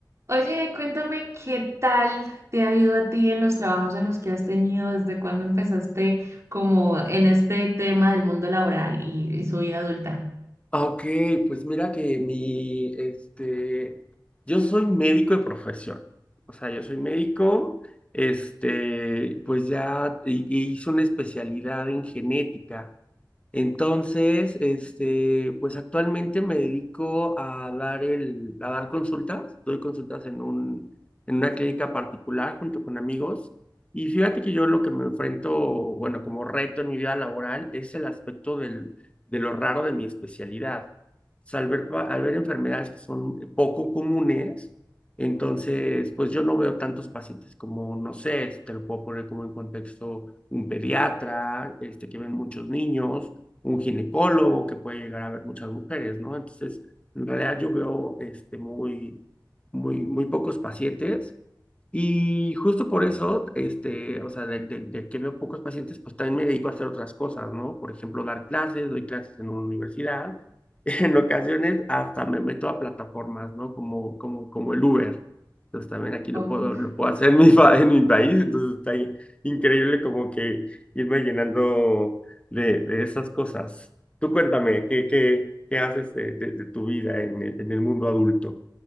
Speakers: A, on the right (about 40°); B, on the left (about 15°).
A: Oye, cuéntame qué tal te ha ido a ti en los trabajos en los que has tenido, desde cuándo empezaste como en este tema del mundo laboral y, y su vida adulta.
B: Ah, Ok, pues mira que mi, este, yo soy médico de profesión, o sea, yo soy médico, este, pues ya hi- hice una especialidad en genética, entonces, este, pues actualmente me dedico a dar el, a dar consultas, doy consultas en un, en una clínica particular junto con amigos. Y fíjate que yo lo que me enfrento, bueno, como reto en mi vida laboral es el aspecto del, de lo raro de mi especialidad. O sea, al ver, pa- al ver enfermedades que son poco comunes, entonces, pues yo no veo tantos pacientes como, no sé, si te lo puedo poner como en contexto un pediatra, este, que ven muchos niños un ginecólogo que puede llegar a ver muchas mujeres, ¿no? Entonces, en realidad yo veo este, muy, muy, muy pocos pacientes y justo por eso, este, o sea, de, de- de que veo pocos pacientes, pues también me dedico a hacer otras cosas, ¿no? Por ejemplo, dar clases, doy clases en una universidad. <laughs> En ocasiones hasta me meto a plataformas, ¿no? Como, como, como el Uber. Entonces también aquí
A: Oh.
B: lo puedo, lo puedo hacer en mi, fa- en mi país. Entonces está in- increíble como que irme llenando de, de esas cosas. Tú cuéntame, ¿qué, qué, qué haces de, de- de tu vida en el, en el mundo adulto?